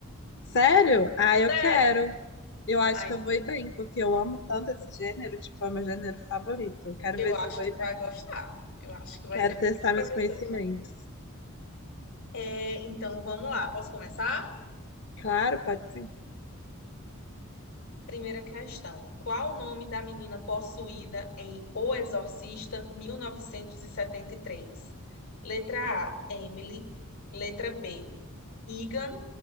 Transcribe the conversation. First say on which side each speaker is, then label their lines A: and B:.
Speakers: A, on the left (about 55°); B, on the left (about 80°).
A: Sério? Ah, eu
B: Sério?
A: quero. Eu acho
B: Ai,
A: que eu vou ir bem, porque eu amo tanto esse gênero, tipo, é meu gênero favorito. Eu Quero
B: eu
A: ver
B: acho
A: se eu vou
B: que
A: ir
B: tu
A: bem.
B: vai gostar. Eu acho que vai
A: Quero
B: ser bem
A: testar
B: proveitoso.
A: meus conhecimentos.
B: É, então vamos lá, posso começar?
A: Claro, pode sim.
B: Primeira questão. Qual o nome da menina possuída em O Exorcista mil novecentos e e setenta e três? Letra A, Emily. Letra B, Regan.